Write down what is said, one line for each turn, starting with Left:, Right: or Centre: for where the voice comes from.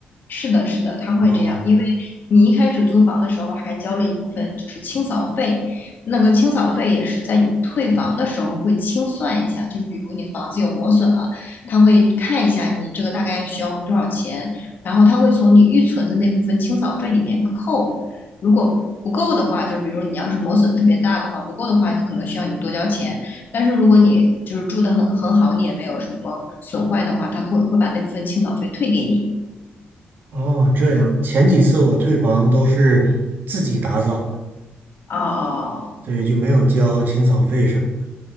Left: 是的，是的，他会这样，
Right: 哦
Left: 因为你一开始租房的时候还交了一部分就是清扫费，那个清扫费也是在你退房的时候会清算一下，就是比如你房子有磨损了，他会看一下你这个大概需要多少钱，然后他会从你预存的那部分清扫费里面扣，如果不够的话，就比如你要是磨损特别大的话，不够的话可能需要你多交钱，但是如果你就是住得很很好，你也没有什么损坏的话，他会会把那部分清扫费退给你。
Right: 哦，这样，前几次我退房都是自己打扫的，
Left: 哦，
Right: 对，就没有交清扫费什么的。